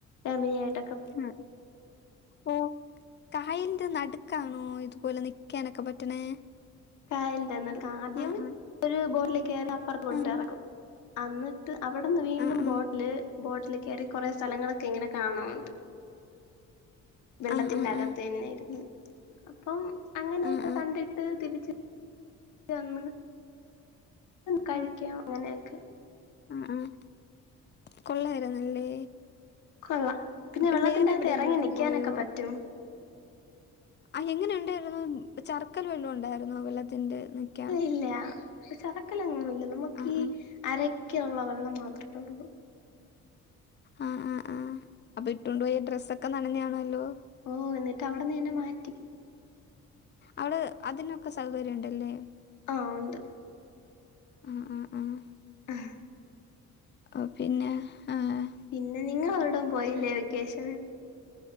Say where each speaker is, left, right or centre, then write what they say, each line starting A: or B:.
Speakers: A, on the left (about 75°); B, on the left (about 35°).
A: ഫാമിലി ആയിട്ട
B: ആഹ് ഓഹ് കായലിന്റെ നടു ക്കാണോ ഇതുപോലെ നിക്കാനൊക്കെ പറ്റണേ
A: കായൽൻ്റെ ന്നട്ക്ക് ആദ്യം
B: ആഹ്
A: ഒര്ബോട്ടില് കേറി അപ്പർത് കൊണ്ടോയ്
B: ആഹ്
A: അറ്ക്കും അന്നിട്ട് അവിടെന്ന് വീണ്ടും
B: ആഹ്
A: ബോട്ടില് ബോട്ടില് കയറി കുറേ സ്ഥലങ്ങളൊക്കെ ഇങ്ങനെ കാണാനുണ്ട് വെള്ളത്തിന്റെ
B: ആഹ് ആഹ്
A: അകത്ത്
B: ആഹ് ആഹ്
A: തന്നെയിരുന്നു അപ്പം അങ്ങനെയൊക്കെ
B: ആഹ് ആഹ്
A: കണ്ടിട്ട് തിരിച്ച് അന്ന് കഴിക്കാം
B: ആഹ് ആഹ്
A: അങ്ങനെയൊക്കെ
B: ആഹ് ആഹ് കൊള്ളായിരുന്നല്ലേ
A: കൊള്ളാം
B: പിന്നെ
A: വെള്ളത്തിന്റെ
B: വേറെ
A: അകത്ത്
B: എവിടെയെങ്കിലൊക്കെ
A: ഇറങ്ങി നിക്കാനൊക്കെ
B: പോയോ?
A: പറ്റും
B: ആഹ് എങ്ങനെ ഉണ്ടായിരുന്നു ചർക്കല്ല് വല്ലോ ഉണ്ടായിരുന്നോ വെള്ളത്തിന്റെ നിക്കാൻ
A: ഇല്ല ചറക്കലങ്ങും ഇല്ല നമുക്ക്
B: ആ,
A: ഈ
B: ആ,
A: അരക്കുള്ള വെള്ളം മാത്രമേ ഉള്ളൂ
B: ആഹ് ആഹ് ആഹ് അപ്പൊ ഇട്ടൊണ്ട് പോയ ഡ്രസ്സൊക്കെ നനഞ്ഞ്കാണല്ലോ
A: ഓഹ് എന്നിട്ട് അവിടെന്ന് തന്നെ മാറ്റി
B: അവള് അതിനൊക്കെ സൗകര്യണ്ടല്ലേ?
A: ആഹ് ഉണ്ട്
B: ആഹ് ആഹ് ആഹ്
A: ആഹ
B: ഓഹ് പിന്നെ ആഹ്
A: പിന്നെ നിങ്ങളൊരിടം പോയില്ലേ വെക്കേഷന്?